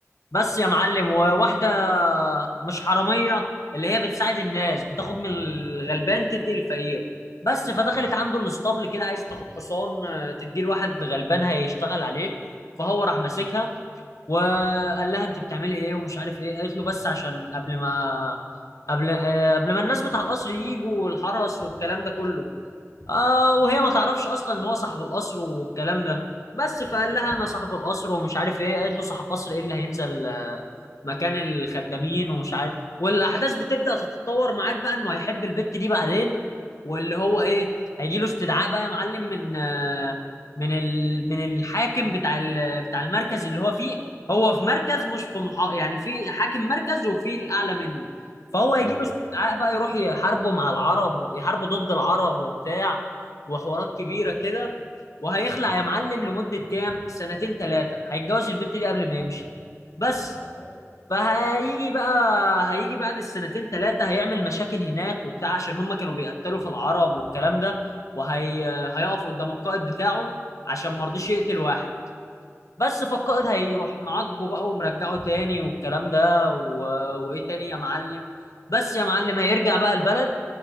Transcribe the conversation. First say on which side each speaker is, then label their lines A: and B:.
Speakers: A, on the left; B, on the left.
A: بس يا معلم وواحدة مش حرامية اللي هي بتساعد الناس بتاخد من الغلبان تدي الفقير بس فدخلت عنده الاسطبل كده عايزة تاخد حصان آه، تديه لواحد غلبان هيشتغل عليه فهو راح ماسكها وقال لها انت بتعملي ايه ومش عارف ايه قالت له بس عشان قبل ما قبل آه، قبل ما الناس بتاع القصر يجوا والحرس والكلام ده كله آه وهي ما تعرفش اصلا ان هو صاحب القصر والكلام ده بس فقال لها انا صاحب القصر ومش عارف ايه قالت له صاحب قصر ايه اللي هينزل آه، مكان الخدامين ومش عارف والاحداث بتبدا تتطور معاك بقى انه هيحب البت دي بعدين واللي هو ايه هيجي له استدعاء بقى يا معلم من آه، من ال... من الحاكم بتاع ال... بتاع المركز اللي هو فيه هو في مركز مش في محا... يعني في حاكم مركز وفي الاعلى منه فهو هيجيب
B: ايوه
A: استدعاء
B: ايوه
A: بقى يروح يحاربوا مع العرب ويحاربوا ضد العرب وبتاع وحوارات كبيرة كده وهيخلع يا معلم لمدة كام سنتين ثلاثة هيتجوز البت دي قبل ما يمشي بس
B: تمام
A: فهيجي بقى هيجي بعد السنتين ثلاثة هيعمل مشاكل هناك وبتاع عشان هم كانوا بيقتلوا في العرب والكلام ده وهي هيقف قدام القائد بتاعه عشان ما رضيش يقتل واحد بس فالقائد هيروح معاقبه بقى ومرجعه تاني والكلام ده و... وايه تاني يا معلم بس يا معلم هيرجع بقى البلد